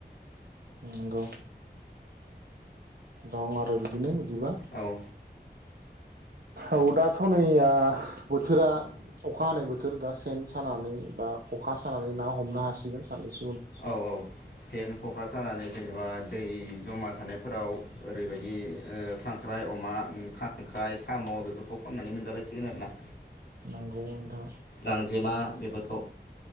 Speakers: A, on the right (about 70°); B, on the left (about 65°).
A: नंगौ दं आरो बिदिनो दिबा
B: औ
A: औ दाथ नैया बोथोरा अखा हानाय बोथोर दा सेन सानानै बा खखा सानानै ना हमनो हासिगोन साननैस
B: औ औ सेन खका सानानै जेनेबा दै जमा थानायफोराव ओरैबायदि ओ खांख्राइ अमा खांख्राइ साम बेफोरखौ खननानै मोनजालायसिगोन आरोना
A: नंगौ नोंथां
B: गांजेमा बेफोरखौ